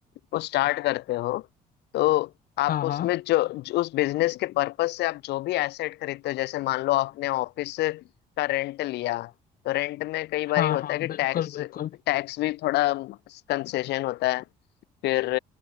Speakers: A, on the left (about 80°); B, on the left (about 60°).
A: को स्टार्ट करते हो तो आप
B: हाँ
A: उसमें
B: हाँ
A: जो, जो उस बिजनेस के पर्पज से आप जो भी एसेट खरीदते हो जैसे मान लो आपने ऑफिस का रेंट लिया तो रेंट में कई बार
B: हाँ
A: होता
B: हाँ
A: है कि टैक्स
B: बिल्कुल बिल्कुल
A: टैक्स भी थोड़ा कंसेशन होता है फिर